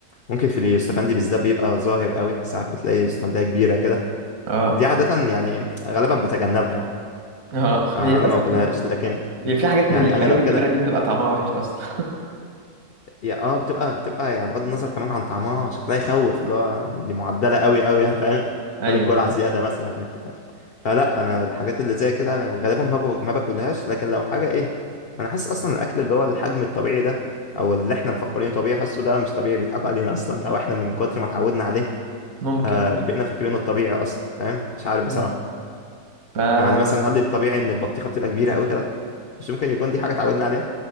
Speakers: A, on the left; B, on the right.
A: ممكن في اليوسفندي بالذات بيبقى ظاهر قوي ساعات بتلاقي يوسفندية كبيرة كده
B: اه
A: دي عادة يعني غالبا بتجنبها يعني
B: اه <laughs>
A: آه،
B: هي ده
A: أنا ما
B: صح.
A: باكلهاش لكن
B: هي في حاجات
A: يعني
B: من الحاجات
A: أنا لو
B: الكبيره
A: كده
B: دي بتبقى طعمها وحش اصلا
A: يا اه بتبقى بتبقى يعني بغض النظر كمان عن طعمها شكلها يخوف اللي هو دي معدلة قوي قوي يعني فاهم
B: <laughs>
A: خد
B: ايوه
A: الجرعة زيادة مثلا بتاع. فلا انا الحاجات اللي زي كده غالبا ما باكل- ما باكلهاش لكن لو حاجة ايه انا حاسس اصلا الاكل اللي هو الحجم الطبيعي ده او اللي احنا مفكرينه طبيعي حاسه ده مش طبيعي بيضحكوا علينا اصلا او احنا من كتر ما اتعودنا عليه
B: ممكن
A: آه بقينا فاكرينه الطبيعي اصلا فاهم مش عارف بصراحة
B: مم. ف
A: يعني مثلا هل الطبيعي ان البطيخة بتبقى كبيرة قوي كده مش ممكن يكون دي حاجة اتعودنا عليها